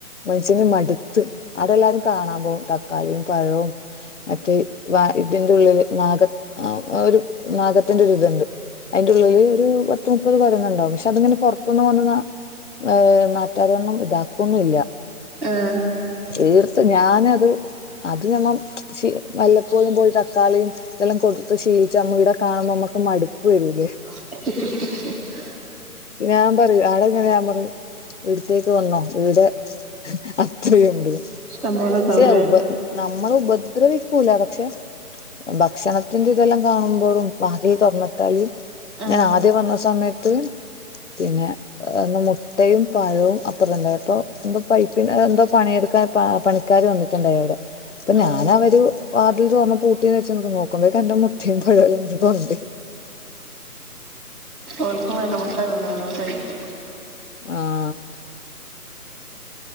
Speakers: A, on the left; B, in the centre.
A: മനുഷ്യന് മടുത്ത് അവരെല്ലാരും കാണാൻ പോകും തക്കാളിയും പഴോ മറ്റേ വ ഇതിന്റെ ഉള്ളില് നാഗ ഒരു നാഗത്തിന്റെ ഇതുണ്ട് അയ് ന്റെ ഉള്ളില് ഒരു പത്ത് മുപ്പത് കൊരങ്ങണ്ടാവും പക്ഷെ അതിങ്ങെനെ പുറത്തനിന്ന് വന്ന <unintelligible> നാട്ടാരൊന്നും ഇതാക്കൊന്നും ഇല്ല
B: ആ
A: തീർത്ത് ഞാനത് അത് ഞമ്മ മ വല്ലപ്പോഴും പോയി തക്കാളിയും ഇതെല്ലാം കൊടുത്ത് ശീലിച്ച മ്മ ഇവിടെ കാണുമ്പൊ മ്മക്ക് മടുപ്പ് വരില്ലേ?
B: ശ ശ ശ
A: ഞാൻ പറയൂ ആടെ എങ്ങനെ ഞാൻ പറിം ഇവിടുത്തേക്ക് വന്നോ ഇവിടെ അത്രയുണ്ട്
B: ട്ടം പോലെ
A: പക്ഷെ
B: ഉണ്ടാവൂ ല്ലെ
A: ഉപ നമ്മളെ ഉപദ്രവിക്കൂല പക്ഷെ ഭക്ഷണത്തിന്റെ ഇതെല്ലാം കാണുമ്പോഴും വാതിൽ തുറന്ന് ട്ടാല്
B: ആ
A: ഞാൻ ആദ്യം വന്ന സമെ ത്ത് പിന്നെ ഇന്ന് മുട്ടീം പഴോ <unintelligible> എന്തോ പൈപ്പിന്റെ എന്തോ പണിയെടുക്കാൻ ആ പണിക്കാർ വന്നിട്ടുണ്ടായി അവിടെ ഇപ്പൊ
B: ആ
A: ഞാൻ അവരു വാതിൽ തോർന്ന് പൂട്ടീന്ന് വച്ച് നോക്കുമ്പഴേക്കും എന്റെ മുട്ടീം പഴോമ്മ് എല്ലാം <unintelligible>
B: ഓൽക്കും വേണ്ടേ മുട്ട തിന്ന അതോണ്ടായിരിക്കും
A: ആഹ്